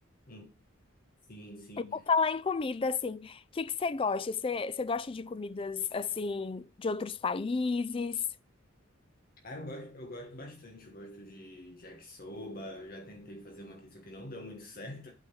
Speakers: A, on the left; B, on the left.
A: Hum, sim, sim.
B: E por falar em comida, assim, o que que você gosta? Você, você gosta de comidas, assim, de outros países?
A: Ah, eu gosto, eu gosto bastante, eu gosto de de yakisoba, eu já tentei fazer uma aqui, só que não deu muito <laughs> certo.